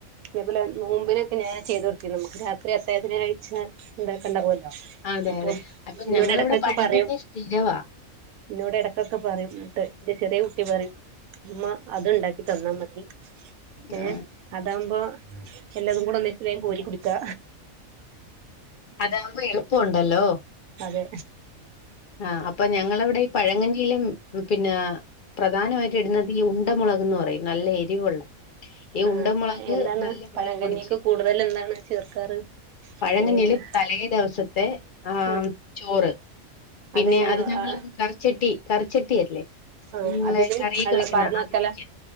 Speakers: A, on the right; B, on the left.
A: ഇതുപോലെ നോമ്പിനൊക്കെ ഞാൻ ചെയ്തു കൊടുത്തിന് നമ്മുക്ക് രാത്രി അത്താഴത്തിന് കഴിച്ചാൽ ഇതൊക്കെണ്ടാവുല്ലൊ
B: അതെ
A: അപ്പെ
B: അതെ അപ്പൊ
A: ഇന്നോട്
B: ഞങ്ങളിവിടെ
A: ഇടക്കൊക്കെപറയും
B: പഴങ്കഞ്ഞി സ്ഥിരവാ
A: ഇന്നോട് എടയ്ക്കൊക്കെ പറയും ഫുഡ് എന്റെ ചെറിയ കുട്ടി പറയും ഉമ്മ അത്ണ്ടാക്കി തന്നാമതി ഏ
B: ആ
A: അതാകുമ്പോ എല്ലതും കൂടെ ഒന്നിച്ച് കോരി കുടിക്കാ
B: അതാവുമ്പോ എളുപ്പണ്ടല്ലോ
A: അതെ
B: ആഹ് അപ്പൊ ഞങ്ങളവിടെ ഈ പഴകഞ്ഞിയിലും പിന്നെ പ്രധ ധാനമായിട്ട് ഇടുന്നത് ഈ ഉണ്ട മുളകന്ന് പറയും നല്ല എരിവുള്ള ഈ
A: ആഹ്
B: ഉണ്ടമുളക്
A: എന്താണ്
B: നല്ല പോലെ
A: പഴകഞ്ഞിക്ക്
B: പൊടിച്ച്
A: കൂടുതൽ എന്താണ് ചേർക്കാറ്
B: പഴകഞ്ഞിയില്
A: എങ്ങനെയാണ്
B: തലേ ദിവസത്തെ ആ
A: ആഹ്
B: ചോറ് പിന്നെ
A: അതെങ്ങനെ
B: അത് ഞങ്ങള്
A: ആഹ്
B: കറി ചട്ടി കറി ചട്ടി അല്ലേ
A: ആഹ്
B: നിങ്ങളെ
A: അതില്
B: കറിയൊക്കെ
A: വെള്ളം
B: വെക്കുന്ന
A: പാർന്ന്
B: അതിലേക്ക്
A: വെക്കല